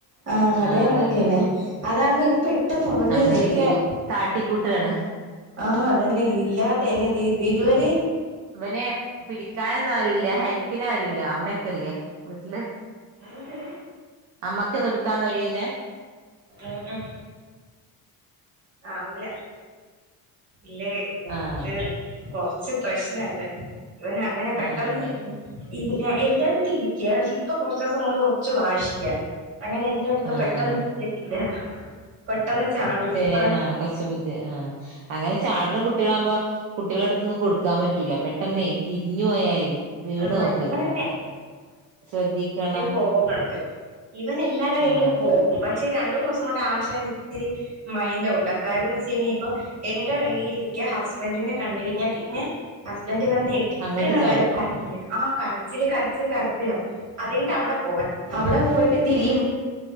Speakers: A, on the right; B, on the right.
A: ആഹ അതെ
B: ആഹ്
A: കണക്കന്നെ
B: ഉം
A: അതാകുമ്പ പെ ട്ടെന്ന്റങ്ങുകേ
B: അങ്ങനെയൊക്കെ
A: ചെയ്യും
B: കാട്ടിക്കൂട്ടാണ്
A: ആഹ അതന്നെ ഇല്ലാത്തെന്നെ ഇ ഇതുവരെ
B: ഇവനെ പിടിക്കാനന്നാരുല്ല ഹെല്പ്പിനാരുല്ല അമ്മക്കല്ലേ വീട്ടില്
A: എന്ത്?
B: അമ്മക്ക്ത്ട്ക്കാൻ കഴിയില
A: ഉം ഉം ആവൂല ഇല്ല് മുട്ട്
B: ആഹ്
A: കൊളസ് ച്ച് പ്രശ്നണ്ട്. ഇവനങ്ങനെ പെട്ടെന്ന്
B: ആഹ് അങ്ങനെ
A: ഇല്ല എല്ലാരരു തിരിക്ക പക്ഷെ ഇപ്പൊ കൊറച്ചോസം കൊണ്ട് കുറച്ച് വാഷിയാ അങ്ങനെ എല്ലായിടത്തും
B: ആഹ്
A: പെട്ടെന്ന്
B: ആഹ്
A: ഇിരിക്കത്തില്ല. പെട്ടെന്ന് ചാടും ഇപ്പറ
B: ലെ ആ കൊറുച്ച് ബുദ്ധി ആ അങ്ങനെ ചാടുന്ന കുട്ടികളാവകുമ്പോ കുട്ടികള്ടെ ടുത്തൊന്നും കൊടുക്ക ക്കാ പറ്റൂല പെട്ടെന്നേ യ് തിരിഞ്ഞു പോയാലേയ് വീണോകും
A: ആ
B: കയ്യിന്നൊക്കെ
A: ഇവൻ
B: ശ്രദ്ധിക്കണം
A: പോന്ന്ണ്ട്. ഇവൻ എല്ലാരടെ കയ്യിലും
B: ആഹ് അതെ
A: പോകും. പക്ഷേ രണ്ടൂന്ന് ദിവസം കൊണ്ട് ആശാൻ ഇത്തിരി മൈൻഔട്ട കാരംന്ന് വെച്ച് കഴിഞ്ഞ ഇപ്പോ എന്റെ കയ്യിലിരിക്ക ഹസ്ബൻന്റിനെ കണ്ട് കഴിഞ്ഞാ പിന്നെ ഹസ്ബന്റ് വന്നെ ട്
B: അങ്ങട്ട്
A: ക്കണ
B: ചാടും
A: വരെ കരച്ചില് ആ കരച്ചില് കരച്ചില് കരച്ചില് അതിന്റവിടെ പോക അവിടെ
B: ആഹ്
A: പോയിട്ട് തിരിയും